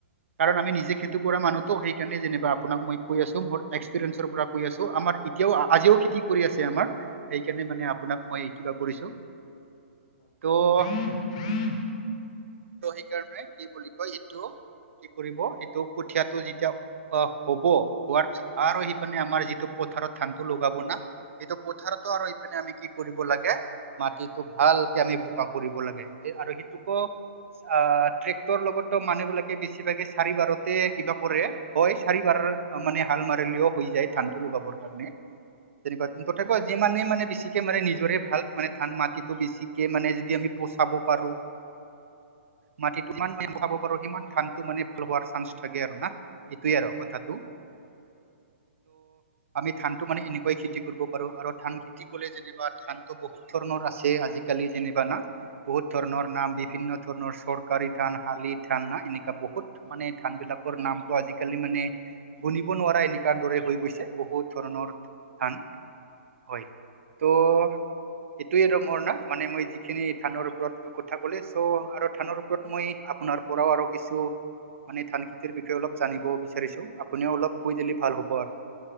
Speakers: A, on the right; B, on the left.
A: কাৰণ আমি নিজে খেতি কৰা মানুহতো সেইকাৰণে যেনা আপোনাক মই কৈ আছো মোৰ এক্সপিৰিয়েঞ্চৰ পৰা কৈ আছো আমাৰ এতিয়াও আজিও খেতি কৰি আছে আমাৰ সেইকাৰণে মানে আপোনাক মই কিবা কৰিছো।
B: <unintelligible>
A: ত' ত সেইকাৰণে কি বুলি কয় এইটো কি কৰিব সেইটো কঠিয়টো যেতিয়া আহ হব হোৱাৰ পিছত আৰু সি মানে আমাৰ যিটো পথাৰত ধানটো লগাব না সটো পথাৰতো আৰু এইপিনে আমি কি কৰিব লাগে মাটিতটো ভালকে আমি বোকা কৰিব লাগে এ আৰু সিটোকো অ ট্ৰেক্টৰ লগতো মানুহ বিলাকে বেছিভাগে চাৰিবাৰতে কিবা কৰে হয় চাৰিবাৰ মানে হাল মাৰেলিও হৈ যায় ধানটো লগাবৰ কাৰণে তেনেকুৱা
B: উম,
A: তথাপিও যি মমানে মানেছিকে মানে নিজৰে ভাল মানে ধান মাটিতটো বেছিকে মানে যদি আমি পচাব পাৰো
B: পকি যায় হয় হয়।
A: মাটিটো মান খাব সিমান ধানটো মানে ভাল হোৱাৰ চান্স থাকে আৰু না এইটোয়ে আৰু কথা ত আমি ধানটো মানে এনেকুৱাই খেতি কৰিব পাৰো আৰু ধান খেতি কৰিলে যেনিবা ধান ত বহুত ধৰণৰ আছে আজিকালি যেনিবা না। বহুত ধৰণৰ নাম বিভিন্ন ধৰণৰ চৰকাৰী ধান শালি ধান ন এনেকুৱা বহুত মানে ধান বিলাক নামটো আজিকালি মানে গুণিব নোৱাৰা এনেকুৱা দৰে হৈ গৈছে বহুত ধৰণৰ ধান হয় তো
B: <unintelligible>
A: এইটোয়ে ৰ মোৰ না মানে মই যিখিনি থানৰ ওপৰত কথা ক'লে চ' আৰু থানৰ ওপৰত মই আপোনাৰ তাৰ পৰাও আৰু কিছু মানে ধান খেতিৰ বিষয়ে অলপ জানিব বিচাৰিছো, আপুনিও অলপ কৈ দিলি ভাল হ'ব আৰু।